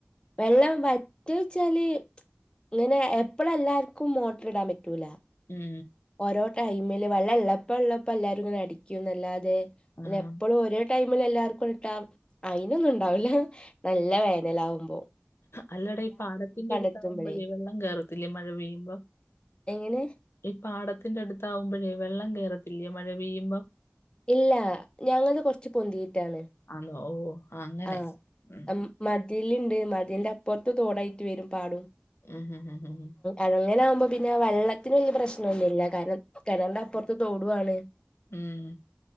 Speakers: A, on the left; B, on the left.
A: വെള്ളം വറ്റൊയ്ച്ചാല് ഇങ്ങനെ എപ്പളും എല്ലാര്ക്കും മോട്ടർ ഇടാൻ പറ്റൂല
B: ഉം
A: ഓരോ ടൈമില് വള്ളം ഇള്ളപ്പോ ഇള്ളപ്പോ എല്ലാരും ഇങ്ങനെ അടിക്കും ന്നല്ലാതെ ഇങ്ങനെ
B: ആഹ്
A: എപ്പോഴും ഓരോ ടൈമിൽ എല്ലാവർക്കും ഇട്ടാ അയിനൊന്നും ഉണ്ടാവില്ല നല്ല വേനലാകുമ്പോ
B: അല്ലടി ഈ പാടത്തിന്റെ അടുത്ത്
A: എത്തുമ്പളേ
B: ആകുമ്പോഴേ വെള്ളം കേറത്തില്ലേ മഴ പെയ്യുമ്പോ
A: എങ്ങനെ
B: ഈ പാടത്തിന്റെ അടുത്ത് ആകുമ്പോഴേ വെള്ളം കേറത്തില്ലേ മഴ പെയ്യുമ്പം
A: ഇല്ല ഞങ്ങള്ത് കുറച്ച് പൊന്തിയിട്ടാണ്
B: ആന്നൊ ഓ അങ്ങനെ
A: ആ
B: ഉം
A: മ് മതിലിണ്ട് മതിലിന്റെ അപ്പുറത്ത് തോടായിട്ട് വരും പാടും
B: ഉം ഉം ഉം ഉം
A: അങ്ങനെ ആകുമ്പോ പിന്നെ വള്ളത്തിന് വല്ല്യ പ്രശ്നം ഒന്നുല്ല കാരണം കിണറിന്റെ അപ്പുറത്ത് തോടും ആണ്
B: ഉം